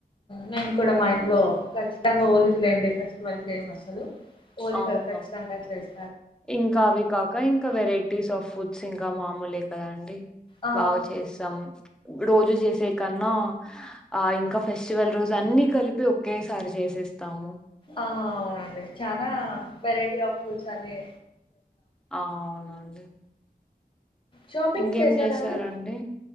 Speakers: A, on the left; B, in the centre.
A: నేను కూడ మా ఇంట్లో ఖచ్చితంగా ఒల్లిగ లేంది ఫెస్టివల్స్ చేయం అసలు ఒల్లిగ
B: అవును
A: కచ్చితంగ చేస్
B: ఇంకా అవి కాక ఇంకా వెరైటీస్ ఆఫ్ ఫుడ్స్ ఇంకా మామూలే కదా అండి
A: ఆ
B: బాగా చేస్తాం రోజు చేసే కన్నా ఆ ఇంక ఫెస్టివల్ రోజు అన్ని కలిపి ఒకేసారి చేసేస్తాము
A: ఆ అవునండి చానా వెరైటీ ఆఫ్ ఫుడ్స్ అని
B: ఆ అవునండి
A: షాపింగ్
B: ఇంకేం
A: చేసారండి
B: చేస్తారండీ